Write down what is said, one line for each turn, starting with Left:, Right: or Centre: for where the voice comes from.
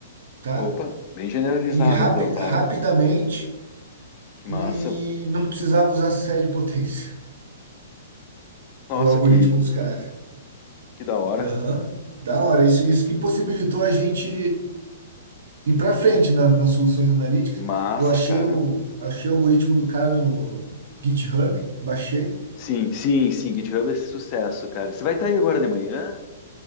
Right: tá?
Left: Opa, bem generalizado
Right: E rapi,
Left: então, Pava.
Right: rapidamente,
Left: Que massa.
Right: e não precisava usar série de potência.
Left: Nossa,
Right: O algoritmo
Left: que, que,
Right: dos caras.
Left: que da hora.
Right: Aham. Da hora. Isso, isso que possibilitou a gente ir para frente na- nas soluções analíticas.
Left: Massa,
Right: Eu achei
Left: cara.
Right: o, achei o algoritmo do cara no GitHub, baixei.
Left: Sim, sim, sim, GitHub é esse sucesso, cara. Você vai estar aí agora de manhã?